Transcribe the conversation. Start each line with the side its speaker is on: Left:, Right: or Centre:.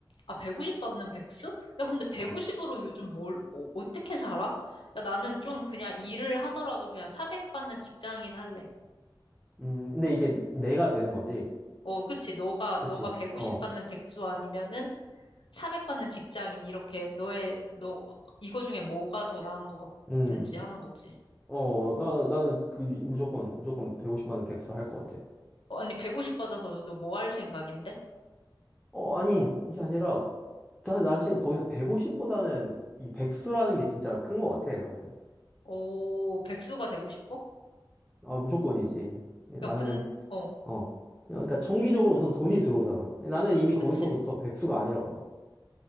Left: 아, 150 받는 백수? 야, 근데 150으로
Centre: 어.
Left: 요즘 뭘, 어, 떻게 살아? 야, 나는 좀 그냥 일을 하더라도 그냥 400 받는 직장인 할래.
Centre: 음, 근데 이게 내가 되는 거지.
Left: 어, 그치. 너가,
Centre: 그치?
Left: 너가 150
Centre: 어.
Left: 받는 백수 아니면은 400 받는 직장인. 이렇게 너의, 너, 이거 중에 뭐가 더 나은 것
Centre: 음.
Left: 같은지 하는 거지.
Centre: 어, 나, 나는 그 무조건, 무조건 150 받는 백수 할 것 같아.
Left: 어, 아니, 150 받아서 너 뭐 할 생각인데?
Centre: 어, 아니, 그게 아니라, 나, 나신 거기서 150보다는 이 백수라는 게 진짜 큰 것 같아, 나는.
Left: 오, 백수가 되고 싶어?
Centre: 아, 무조건이지. 나는,
Left: 야, 근, 어,
Centre: 어. 그러니까 정기적으로 우선 돈이 들어오잖아. 나는 이미 거기서부터
Left: 그치.
Centre: 백수가 아니라고 봐.